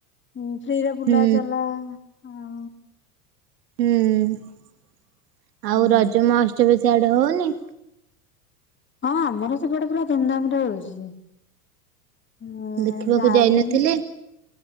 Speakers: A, on the left; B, on the right.
A: ହୁଁ। ଫ୍ରିରେ ବୁଲା
B: ହୁଁ
A: ଚାଲା ଆଉ
B: ହୁଁ, ଆଉ
A: ହୁଁ
B: ରଜମହୋତ୍ସବ ସିଆଡେ ହଉନି?
A: ହଁ ଆମର ସେପଟେ ପୁରା ଧୁମଧାମରେ ହଉଛି। ହଁ
B: ଦେଖିବାକୁ
A: ଯାଲେ
B: ଯାଇନଥିଲେ?
A: ବି